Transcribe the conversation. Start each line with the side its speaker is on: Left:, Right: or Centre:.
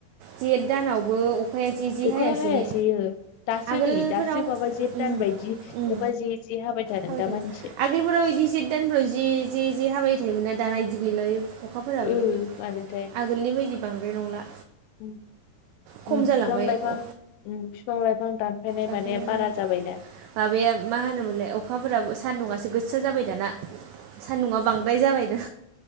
Right: जेठ दानावबो अ खाया जे जे
Left: अखा
Right: हायासै
Left: हायासैयो
Right: ने।
Left: दासो
Right: आगोलफोराव
Left: नै दासो माबा जेथ
Right: ओम
Left: दान बायदि
Right: ओम।
Left: अखा जे जे थादों
Right: हाबाय
Left: दामानिसो
Right: थाबाय। आगोलफोराव इदि जेठ दानफोराव जे जे जे हाबाय थायोमोन ना दाना बिदि गैला अखाफोराबो
Left: ओ मानोथाय
Right: आगोलनि बायदि बांद्राय नंला।
Left: उम,
Right: खम
Left: उम
Right: जालांबाय
Left: फिफां लाइफां
Right: अ
Left: उम फिफां लाइफां दानफायनाय
Right: दानफायबायना
Left: माने बारा जाबायना।
Right: माबाया मा होनोमोनलाय अखाफोराबो सान्दुंङासो गोसा जाबाय दाना। सान्दुङा बांद्राय जाबायनो।